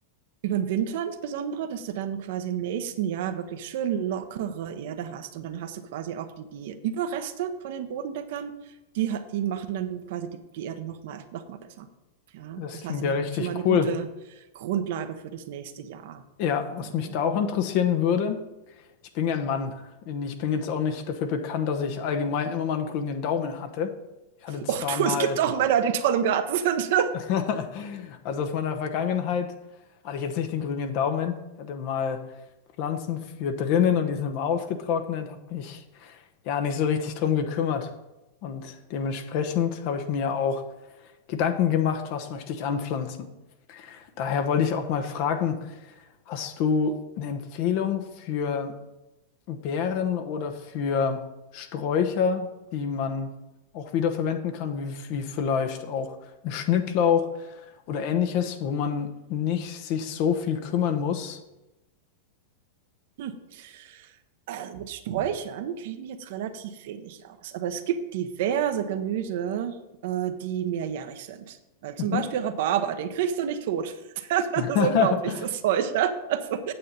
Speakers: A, on the right (about 60°); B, on the left (about 50°).
A: Über den Winter insbesondere, dass du dann quasi im nächsten Jahr wirklich schön lockere Erde hast. Und dann hast du quasi auch die, die Überreste von den Bodendeckern, die, die machen dann quasi die, die Erde nochmal noch mal besser. Ja,
B: Das
A: das
B: klingt
A: heißt, eine,
B: ja richtig
A: schon mal eine gute
B: cool.
A: Grundlage für das nächste Jahr.
B: Ja, was
A: Ja.
B: mich da auch interessieren würde, ich bin ja ein Mann. Ich bin jetzt auch nicht dafür bekannt, dass ich allgemein immer mal einen grünen Daumen hatte. Ich hatte zwar
A: Och du,
B: mal
A: es gibt auch Männer, die toll im Garten sind.
B: <laughs> Also aus meiner Vergangenheit hatte ich jetzt nicht den grünen Daumen. Ich hatte mal Pflanzen für drinnen und die sind immer ausgetrocknet, habe mich ja nicht so richtig drum gekümmert. Und dementsprechend habe ich mir auch Gedanken gemacht, was möchte ich anpflanzen. Daher wollte ich auch mal fragen, hast du eine Empfehlung für Beeren oder für Sträucher, die man auch wiederverwenden kann, wie, wie vielleicht auch ein Schnittlauch? oder ähnliches, wo man nicht sich so viel kümmern muss.
A: <laughs> Also mit Sträuchern kenne ich mich jetzt relativ wenig aus, aber es gibt diverse Gemüse, äh, die mehrjährig sind. Äh, zum
B: Mhm.
A: Beispiel Rhabarber, den kriegst du nicht tot. Das
B: <laughs>
A: ist unglaublich, das Zeug. Ja? Also,